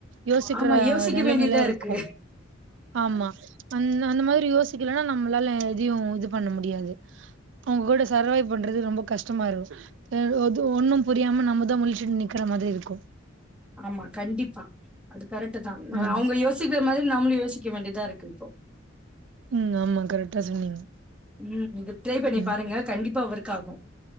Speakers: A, on the right (about 70°); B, in the centre.
A: யோசிக்கற
B: ஆமா யோசிக்க
A: நெலமல
B: வேண்டியதா
A: இருக்கோ
B: இருக்கு
A: ஆமா அந் அந்த மாரி யோசிக்கலனா நம்ளால எதயு இது பண்ண முடியாது அவுங்க கூட சரவே பண்றது ரொம்ப கஷ்டமாயிரு ஏது ஒன்னு புரியாம நம்மதா முழிச்சுட் நிக்கிற மாதிரி இருக்கு
B: ஆமா கண்டிப்பா அது கரெட்டு தா
A: ம்
B: அவுங்க யோசிக்கிற மாதிரி நம்மளு யோசிக்க வேண்டிதா இருக்கு இப்போ
A: ம் ஆமா கரெக்டா சொன்னீங்க
B: ம் இது ட்ரை பண்ணி
A: ம்
B: பாருங்க கண்டிப்பா ஒர்க்காகு